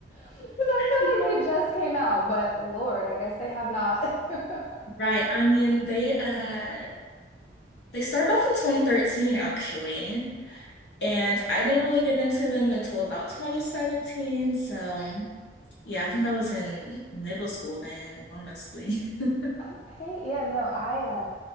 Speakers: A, on the left (about 40°); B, on the left (about 75°).
A: Because I feel
B: Yeah.
A: like they just came out, but Lord, I guess they have not. <laughs>
B: Right. I mean, they uh they started off in 2013 actually, and I didn't really get into them until about 2017. So, yeah, I think I was in middle school then, honestly. <laughs>
A: okay, yeah, no, I, uh,